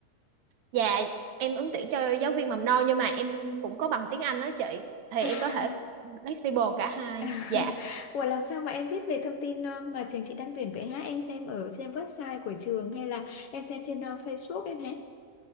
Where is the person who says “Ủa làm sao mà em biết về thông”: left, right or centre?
Left